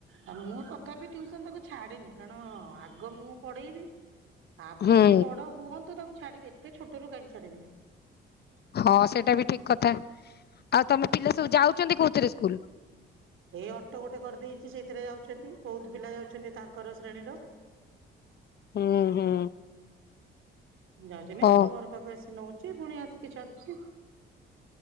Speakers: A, on the right (about 75°); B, on the left (about 50°).
A: ଆ ମୁଁ ତଥାପି ଟ୍ୟଉସନ୍ ତାକୁ ଛାଡେନି କାରଣ ଆଗ ମୁଁ ପଢେଇବି। ତାପରେ
B: ହୁଁ
A: ଟିକେ ବଡ ହୁଅନ୍ତୁ ତାକୁ ଛାଡିବି। ଏତେ ଛୋଟରୁ କାହିଁକି ଛାଡିବି।
B: ହଁ ସେଟା ବି ଠିକ୍ କଥା। ଆଉ ତମେ ପିଲା ସବୁ ଯାଉଚନ୍ତି କୋଉଥିରେ ସ୍କୁଲ?
A: ଏ ଅଟୋ ଗୋଟେ କରିଦେଇଚି ସେଇଥିରେ ଯାଉଚନ୍ତି ବୋହୁତ ପିଲା ଯାଉଚନ୍ତି ତାଙ୍କର ଶ୍ରେଣୀର।
B: ହୁଁ ହୁଁ।
A: ଯାଉଚନ୍ତି
B: ହଁ
A: ଅଟୋ ଘର ପାଖକୁ ଆସି ନୋଉଚି ଫୁଣି ଆସିକି ଛାଡୁଚି।